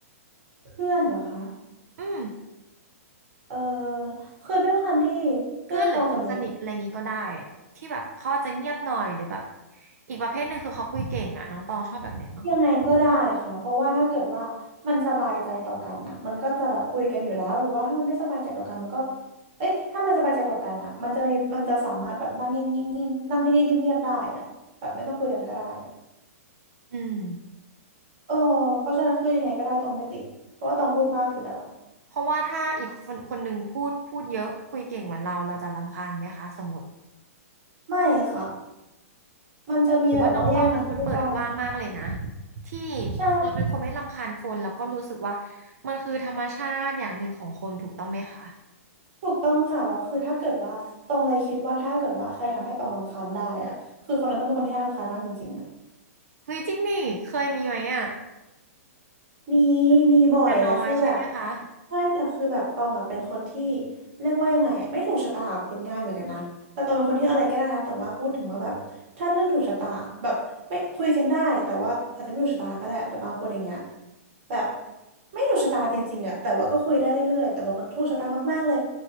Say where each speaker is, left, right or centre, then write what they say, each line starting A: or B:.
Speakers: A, on the right; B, on the right.
A: เพื่อนเหรอคะ
B: อืม
A: เออคือด้วยความที่เพื่อนตองส่วนใหญ่
B: เพื่อนหรือคนสนิทอะไรงี้ก็ได้ที่แบบเขาอาจจะเงียบหน่อยหรือแบบอีกประเภทหนึ่งคือเขาคุยเก่งอ่ะน้องตองชอบแบบไหนมากกว่ากัน
A: ยังไงก็ได้ค่ะเพราะว่าถ้าเกิดว่ามันสบายใจต่อกันน่ะมันก็จะแบบคุยกันอยู่แล้วหรือว่าถ้ามันไม่สบายใจต่อกันมันก็เอ๊ะถ้ามันสบายใจต่อกันน่ะมันจะมีมันจะสามารถแบบนั่งเงียบๆนั่งนิ่งๆเงียบๆได้อะแบบไม่ต้องคุยกันก็ได้อะ
B: อืม
A: เออเพราะฉะนั้นคือยังไงก็ได้ตองไม่ติดเพราะว่าตองพูดมากอยู่แล้ว
B: เพราะว่าถ้าอีกคนคนหนึ่งพูดพูดเยอะคุยเก่งเหมือนเราเราจะรำคาญไหมคะสมมติ
A: ไม่ค่ะ มันจะมีแบบว่าแย่งกันพูดบ้าง
B: หรือว่าน้องตองเป็นคนเปิดกว้างมากเลยนะที่
A: ใช่
B: เราเป็นคนไม่รำคาญคนแล้วก็รู้สึกว่ามันคือธรรมชาติอย่างหนึ่งของคนถูกต้องไหมคะ
A: ถูกต้องค่ะแล้วคือถ้าเกิดว่าตองเลยคิดว่าถ้าเกิดว่าใครทำให้ตองรำคาญได้อะคือคนนั้นต้องเป็นคนที่น่ารำคาญมากจริงๆอะ
B: เฮ้ยจริงดิเคยมีไหมอ่ะ
A: มีมีบ่อยแล้วคือแบบ
B: แต่น้อยใช่ไหมคะ
A: ใช่แต่คือแบบตองอ่ะเป็นคนที่เรียกว่ายังไงอะไม่ถูกชะตากับคนง่ายเหมือนกันนะแต่ตองเป็นคนที่อะไรก็ได้นะแต่ว่าพูดถึงว่าแบบถ้าเรื่องถูกชะตาแบบไม่คุยกันได้แต่ว่าอาจจะไม่ถูกชะตาก็ได้แต่บางคนอย่างเงี้ยแบบไม่ถูกชะตาจริงๆอ่ะแต่ว่าก็คุยได้เรื่อยๆแต่บางคนถูกชะตามากๆเลย